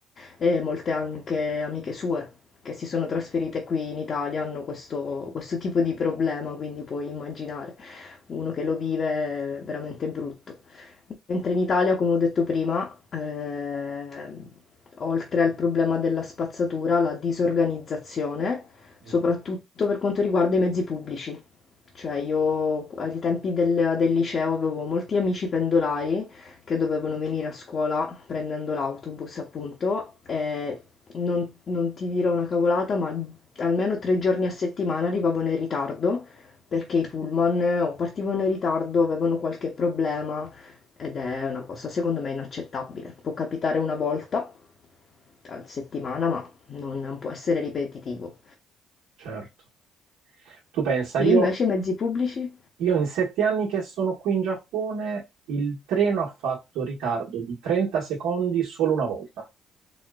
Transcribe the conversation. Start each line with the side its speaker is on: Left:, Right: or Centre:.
Left: e molte anche amiche sue che si sono trasferite qui in Italia hanno questo, questo tipo di problema, quindi puoi immaginare uno che lo vive è veramente brutto. Mentre in Italia, come ho detto prima, eh, oltre al problema della spazzatura, la disorganizzazione,
Right: mm,
Left: soprattutto per quanto riguarda i mezzi pubblici. Cioè io ai tempi del, del liceo avevo molti amici pendolari che dovevano venire a scuola prendendo l'autobus, appunto, e non, non ti dirò una cavolata, ma almeno tre giorni a settimana arrivavano in ritardo perché i pullman eh, o partivano in ritardo, avevano qualche problema ed è una cosa secondo me inaccettabile. Può capitare una volta a settimana, ma non non può essere ripetitivo.
Right: certo. Tu pensa,
Left: Lì
Right: io,
Left: invece i mezzi pubblici?
Right: io in sette anni che sono qui in Giappone, il treno ha fatto ritardo di 30 secondi solo una volta.